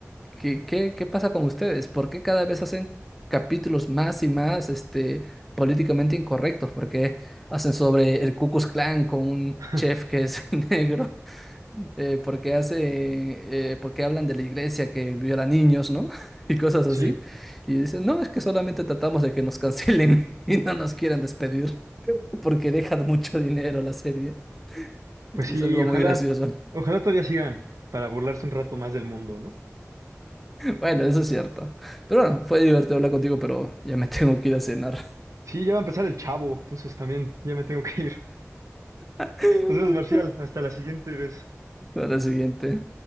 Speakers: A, in the centre; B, on the right.
A: ¿qué, qué, qué pasa con ustedes? ¿Por qué cada vez hacen capítulos más y más, este, políticamente incorrectos? ¿Por qué hacen sobre el Ku Klux Klan con un
B: <laughs>
A: chef que es <laughs> negro? eh, porque hace, eh, porque hablan de la iglesia que viola niños, ¿no? <laughs> Y cosas
B: Sí,
A: así. Y dicen, no, es que solamente tratamos de que nos cancelen <laughs> y no nos quieran despedir, porque dejan mucho dinero la serie. Y
B: pues sí,
A: es algo
B: ojalá,
A: muy gracioso. <laughs>
B: ojalá todavía sigan para burlarse un rato más del mundo, ¿no?
A: Bueno, eso es cierto. Pero bueno, fue divertido hablar contigo, pero ya me <laughs> tengo que ir a cenar.
B: Sí, ya va a empezar el chavo, entonces también ya me tengo que ir.
A: <laughs>
B: <laughs> Nos vemos, Marcial, hasta la siguiente vez.
A: Para la siguiente.